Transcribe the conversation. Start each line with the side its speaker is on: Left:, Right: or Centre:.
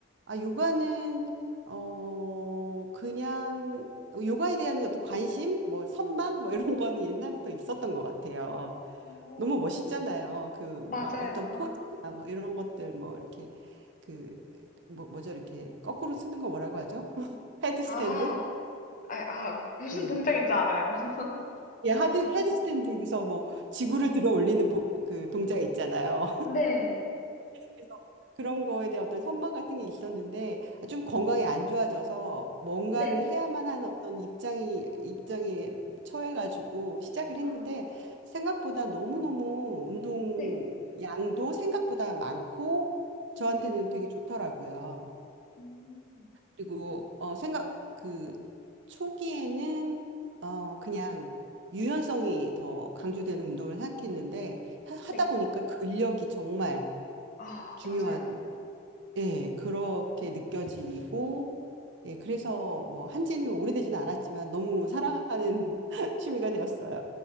Right: 아, 요가는, 어, 그냥, 요가에 대한 어떤 관심, 뭐, 선망, 뭐, 이런 거는 옛날부터 있었던 것 같아요.
Left: 어.
Right: 너무 멋있잖아요. 그,
Left: 맞아요.
Right: 막 어떤 포즈나 뭐, 이런 것들, 뭐, 이렇게, 그, 뭐, 뭐죠? 이렇게, 거꾸로 쓰는 거 뭐라고 하죠? <laughs> 헤드스탠드?
Left: 아, 아, 아, 무슨
Right: 예.
Left: 동작인지 알아요. <laughs>
Right: 예, 하드, 헤드스탠드에서 뭐, 지구를 들어 올리는 보- 그 동작 있잖아요.
Left: 네.
Right: 그래서 그런 거에 대한 어떤 선망 같은 게 있었는데 아, 좀
Left: 음,
Right: 건강이 안 좋아져서 뭔가를
Left: 네.
Right: 해야만 하는 어떤 입장이 입장에 처해가지고 시작을
Left: 아,
Right: 했는데 생각보다 너무너무 운동
Left: 네.
Right: 양도 생각보다 많고 저한테는
Left: 음,
Right: 되게 좋더라고요.
Left: 음,
Right: 그리고 어 생각 그 초기에는 어 그냥 유연성이 더 강조되는 운동을 생각했는데 하- 하다
Left: 네.
Right: 보니까 근력이 정말
Left: 아,
Right: 중요한
Left: 맞아요.
Right: 예, 그렇게 느껴지고, 예, 그래서 뭐 한지는 오래되지는 않았지만 너무 사랑하는 <laughs> 취미가
Left: 어,
Right: 되었어요.